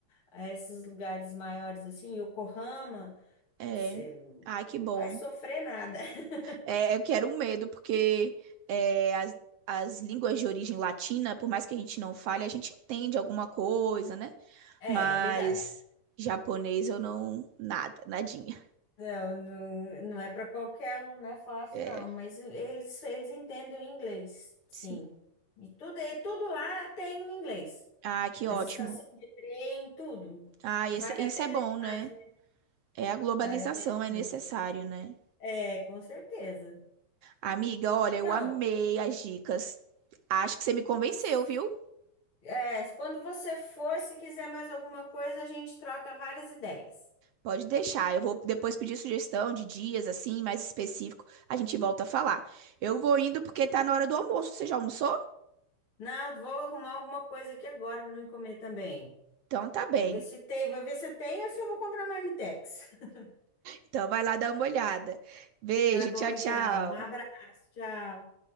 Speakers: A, on the left (about 50°); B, on the right (about 70°).
A: a esses lugares maiores assim, Yokohama,
B: É.
A: você
B: Ai, que bom.
A: vai sofrer nada. <laughs>
B: É, eu quero um medo, porque é, as, as línguas de origem latina, por mais que a gente não fale, a gente entende alguma coisa, né?
A: É,
B: Mas
A: é verdade.
B: japonês eu não. Nada, nadinha.
A: Não, não, não é para qualquer um, não é fácil,
B: É,
A: não, mas eles, eles entendem o inglês, sim.
B: Sim.
A: E tudo, e tudo lá tem inglês.
B: Ah, que
A: As
B: ótimo.
A: estações de trem, tudo.
B: Ah, esse-
A: Vale
B: isso
A: a pena
B: é bom,
A: demais,
B: né?
A: viu?
B: É a globalização,
A: vale a pena
B: é
A: muito.
B: necessário, né?
A: É, com certeza.
B: Amiga, olha,
A: Então,
B: eu amei as dicas. Acho que você me convenceu,
A: s-
B: viu?
A: é, quando você for, se quiser mais alguma coisa, a gente troca várias ideias.
B: Pode deixar. Eu vou depois pedir sugestão de dias, assim, mais específico. A gente volta a falar. Eu vou indo porque tá na hora do almoço. Você já almoçou?
A: Não, vou arrumar alguma coisa aqui agora para me comer também.
B: Então tá bem.
A: Vou ver se tem, vou ver se tem ou se eu vou comprar marmitex. <laughs>
B: Então vai lá dar uma olhada. Beijo,
A: Tá bom,
B: tchau,
A: então.
B: tchau.
A: Um abraço, tchau.